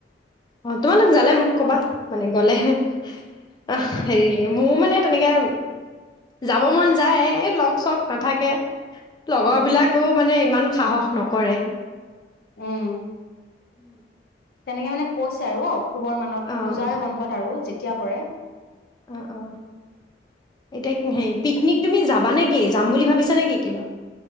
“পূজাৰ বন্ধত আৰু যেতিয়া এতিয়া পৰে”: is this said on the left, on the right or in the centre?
Left